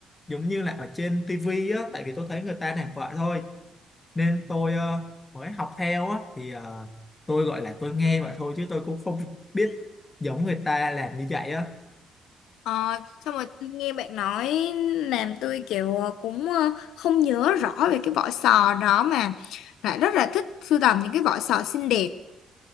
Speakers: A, on the left (about 25°); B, on the left (about 80°).
A: giống như là ở trên tivi á tại vì tôi thấy người ta làm vậy thôi nên tôi ờ, mới học theo á thì ờ, tôi gọi là tôi nghe vậy thôi chứ tôi cũng không <laughs> biết giống người ta làm như vậy á
B: Ờ, xong rồi tôi nghe bạn nói làm tôi kiểu ờ, cũng ờ, không nhớ rõ về cái vỏ sò đó mà lại rất là thích sưu tầm những cái vỏ sò xinh đẹp